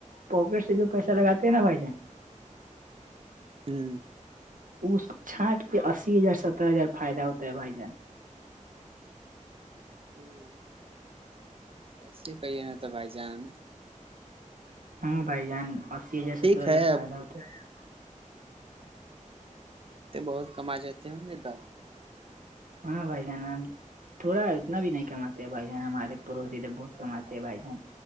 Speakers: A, on the right; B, on the right.
A: پواکٹ سے جو پیسہ لگاتے ہیں نا بھائی جان <unintelligible>
B: ہوں
A: اس چھٹ کے اسی ہزار سترہ ہزار فائدہ ہوتا ہے بھائی جان
B: ہوں ایسے کہیے ن تو بھائی جان
A: ہاں بائی جان ای ہزار
B: ٹھیک
A: ستر ہزار
B: ہے
A: فائدہ
B: اب
A: ہوتا ہے <unintelligible>
B: تو بہت کما جاتے ہوں گے دام
A: ہاں بھ جان نام <unintelligible> تھوڑا اتنا بھی نہیں کماتے ہیں بھائی جان ہمارے پڑوسی تو بہت کماتے ہیں بھائی جان